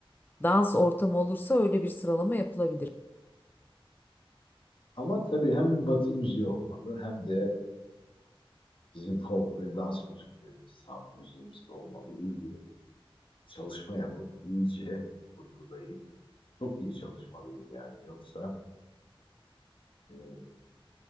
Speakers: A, on the left; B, on the left.
A: dans ortamı olursa öyle bir sıralama yapılabilir.
B: Ama tabii hem batı müziği olmalı hem de bizim folk ve dans müziklerimiz, halk müziğimiz de olmalı. İyi bir çalışma yapıp iyice kurgulayıp çok iyi çalışmalıyız yani. Yoksa e,